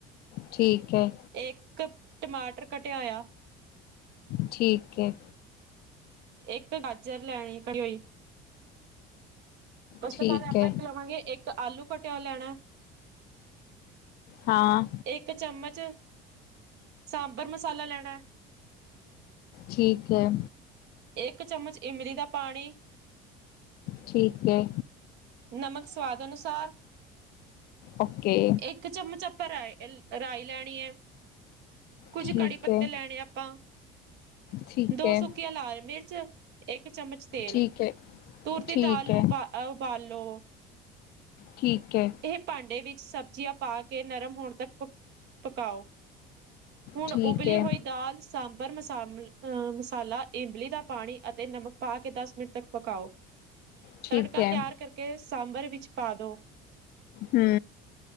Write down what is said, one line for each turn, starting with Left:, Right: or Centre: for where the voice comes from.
Left: ਠੀਕ ਹੈ
Right: ਇੱਕ ਟਮਾਟਰ ਕਟਿਆ ਹੋਇਆ।
Left: ਠੀਕ ਹੈ।
Right: ਇੱਕ ਗਾਜਰ ਲੈਣੀ ਘੜੀ ਹੋਈ। ਉਸ
Left: ਠੀਕ
Right: ਤੋਂ ਬਾਅਦ ਆਪਾਂ
Left: ਹੈ
Right: ਇੱਕ ਲਵਾਂਗੇ ਇੱਕ ਆਲੂ ਕਟਿਆ ਹੋਇਆ ਲੈਣਾ।
Left: ਹਾਂ
Right: ਇੱਕ ਚਮਚ ਸਾਂਬਰ ਮਸਾਲਾ ਲੈਣਾ ਹੈ।
Left: ਠੀਕ ਹੈ
Right: ਇੱਕ ਚਮਚ ਇਮਲੀ ਦਾ ਪਾਣੀ।
Left: ਠੀਕ ਹੈ
Right: ਨਮਕ ਸਵਾਦ ਅਨੁਸਾਰ।
Left: ਓਕੇ
Right: ਇੱਕ ਚਮਚ ਆਪਾਂ ਰ ਰਾਇ ਲੈਣੀ ਹੈ ਕੁੱਝ
Left: ਠੀਕ
Right: ਕੜੀ ਪੱਤੇ
Left: ਹੈ
Right: ਲੈਣੇ ਆ ਆਪਾਂ।
Left: ਠੀਕ
Right: ਦੋ
Left: ਹੈ
Right: ਸੁੱਕੀਆਂ ਲਾ ਰ ਮਿਰਚ ਇੱਕ ਚਮਚ ਤੇਲ
Left: ਠੀਕ ਹੈ
Right: ਧੁਰਤੀ
Left: ਠੀਕ
Right: ਦਾਲ ਨੂੰ
Left: ਹੈ
Right: ਉਪ ਉਬਾਲੋ
Left: ਠੀਕ ਹੈ
Right: ਇਹ ਭਾਂਡੇ ਵਿੱਚ ਸਬਜ਼ੀਆਂ ਪਾ ਕੇ ਨਰਮ ਹੋਣ ਤੱਕ ਪ ਪਕਾਓ। ਹੁਣ
Left: ਠੀਕ
Right: ਉਬਲੀ
Left: ਹੈ
Right: ਹੋਈ ਦਾਲ ਸਾਂਬਰ ਮਸ ਅਹ ਮਸਾਲਾ, ਇਮਲੀ ਦਾ ਪਾਣੀ ਅਤੇ ਨਮਕ ਪਾ ਕੇ ਦਸ ਮਿੰਟ ਤੱਕ ਪਕਾਓ।
Left: ਠੀਕ
Right: ਤੜਕਾ
Left: ਹੈ
Right: ਤਿਆਰ ਕਰਕੇ ਸਾਂਬਰ ਵਿੱਚ ਪਾ ਦੋ।
Left: ਹੂੰ।